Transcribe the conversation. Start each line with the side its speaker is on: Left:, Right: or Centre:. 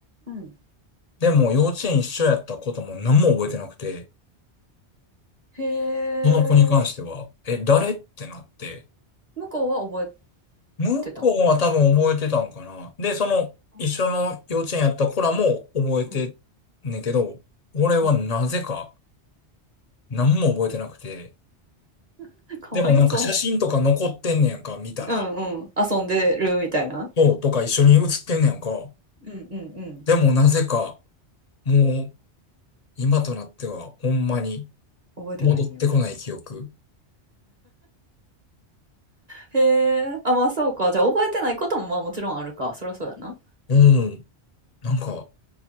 Right: うん。
Left: でも、幼稚園一緒やったことも何も覚えてなくて、
Right: へえ、
Left: その子に関しては、え、誰ってなって、
Right: 向こうは覚え
Left: 向こうは多分覚えてたんかな。
Right: てたん。
Left: で、その、
Right: ああ、
Left: 一緒の幼稚園やった子らも覚えて
Right: うん
Left: んねんけど、俺はなぜか
Right: うん。
Left: 何も覚えてなくて、
Right: <laughs> かわいそ
Left: でもなんか写真とか残ってんねやんか、見たら。
Right: う。うんうん。遊んでるみたいな。
Left: そう、とか一緒に写ってんねやんか。
Right: うんうんうん。
Left: でもなぜか、もう、今となっては、ほんまに
Right: 覚えてないんや。
Left: 戻ってこない記憶。
Right: へえ。あ、まあそうか。じゃあ覚えてないこともまあもちろんあるか。そりゃそうやな。
Left: うん。なんか、